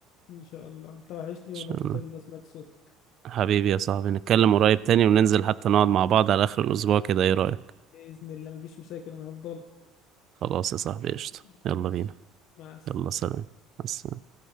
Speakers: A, on the left; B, on the right.
A: ان شاء الله انت وحشني
B: شاء
A: وانا مبسوط
B: الله.
A: ان انا سمعت صوتك
B: حبيبي يا صاحبي نتكلم قريب تاني وننزل حتى نقعد مع بعض على اخر الاسبوع كده ايه رأيك
A: باذن الله مفيش مشاكل انا هفضلك
B: خلاص يا صاحبي قشطة
A: ماشي
B: يلا بينا
A: مع السلامه
B: يلا سلام مع السلامة.